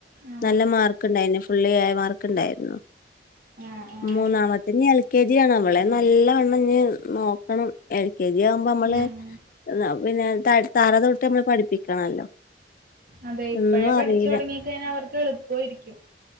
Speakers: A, on the right (about 50°); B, on the left (about 50°).
A: ആഹ്
B: നല്ല മാർക്ക്ണ്ടായ്ന് ഫുള്ള് എ മാർക്ക്ണ്ടായ്ര്ന്നു
A: ആഹ്
B: മൂന്നാമത്തെഞ്ഞ് എൽ കെ ജി ആണ് അവളെ നല്ലവണ്ണംഞ്ഞ് നോ ക്കണം എൽ കെ ജി ആവുമ്പ അമ്മള്
A: ആഹ് ഉം
B: <unintelligible> പിന്നെ ത തറ തൊട്ട് ഞമ്മള് പഠിപ്പിക്കണല്ലോ
A: അതെ ഇപ്പഴേ
B: ഒന്നും
A: പഠിച്ചാെടങ്ങിക്കഴിഞ്ഞാ
B: അറിയില്ല
A: അവർക്ക് എൾപ്പവായ്രിക്കും